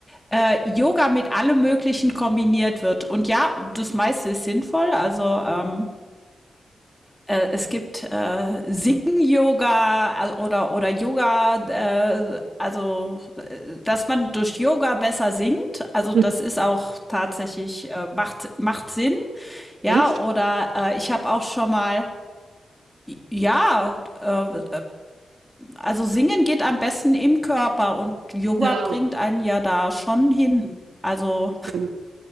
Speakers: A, in the centre; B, on the right.
A: äh, Yoga mit allem Möglichen kombiniert wird. Und ja, das meiste ist sinnvoll. Also ähm, äh, es gibt äh, Sing-Yoga äh, oder, oder Yoga, äh, also äh, dass man durch Yoga besser singt. Also
B: Hm,
A: das ist auch tatsächlich, äh, macht, macht Sinn. Ja,
B: Echt?
A: oder äh, ich habe auch schon mal ja, äh, also singen geht am besten im Körper und Yoga
B: Ja,
A: bringt einen ja da schon hin. Also
B: stimmt.